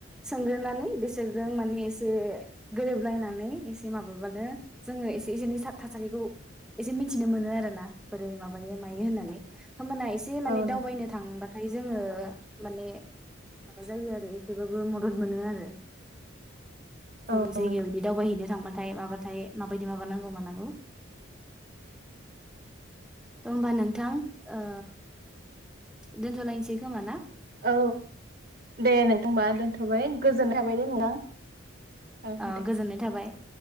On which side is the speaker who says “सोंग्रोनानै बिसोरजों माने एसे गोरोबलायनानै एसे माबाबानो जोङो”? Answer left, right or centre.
Centre